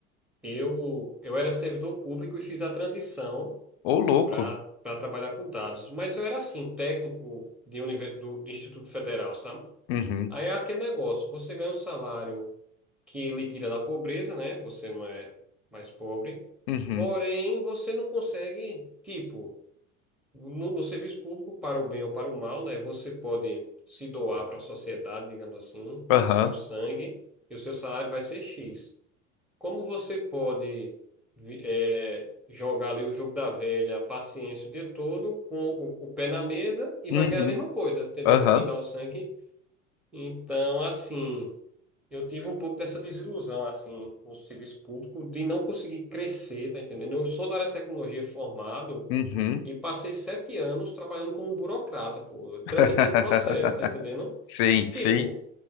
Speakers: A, in the centre; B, on the left.
A: Eu, eu era servidor público e fiz a transição
B: Ô, louco.
A: para para trabalhar com dados, mas eu era assim, técnico de, univer- do, de Instituto Federal, sabe?
B: Uhum,
A: Aí é aquele negócio, você ganha um salário que lhe tira da pobreza, né? Você não é mais pobre.
B: uhum,
A: Porém, você não consegue, tipo, no, no serviço público, para o bem ou para o mal, né? Você pode se doar para a sociedade, digamos assim,
B: aham,
A: seu sangue, e o seu salário vai ser X. Como você pode vi- eh, jogar ali o jogo da velha, paciência o dia todo, com o, o pé na mesa, e
B: uhum,
A: vai ganhar a mesma coisa, entendeu?
B: aham,
A: De quem dá o sangue. Então, assim. Eu tive um pouco dessa desilusão, assim, no serviço público, de não conseguir crescer, tá entendendo? Eu sou da área de tecnologia formado
B: uhum.
A: e passei sete anos trabalhando como burocrata, pô,
B: <laughs>
A: tramitando processo, tá entendendo?
B: Sim,
A: Tipo,
B: sim,